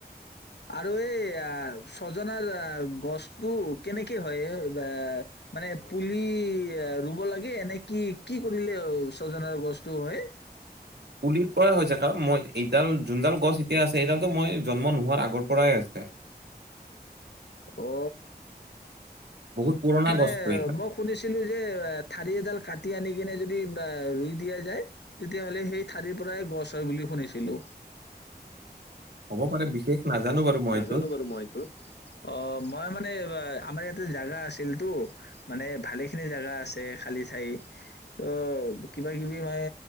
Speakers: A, on the left (about 85°); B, on the right (about 75°).
A: আৰু এই ছজনাৰ গছটো কেনেকে হয় এ মানে পুলি ৰুব লাগে এনেে কি কি কৰিলে ছজনাৰ গছটো হয়
B: পুলিৰ পৰাই হৈছে কাৰণ মই এইডাল যোনডাল গছ এতিয়া আছে এইডালতো মই জন্ম নোহোৱাৰ আগৰ পৰাই আছে
A: অ
B: বহুত পুৰণা
A: মানে
B: গছটো এইডাল
A: মই শুনিছিলো যে ঠাৰি এডাল কাটি আনি কিনে ই দিয়া য তেতিয়া স াৰৰ পৰা গছ হয় বুলি শুনিো
B: হ'ব পাৰে বিশেষ নাজানো বাৰু মই
A: নাজানো
B: এইটো
A: বাৰু মই এইটো অ মই মানে আমাৰ ইয়াতে জোগা আছিল ো মানে ভালেখিনি জোগা আছে খালি ঠাই ত কিবা কিবি মানে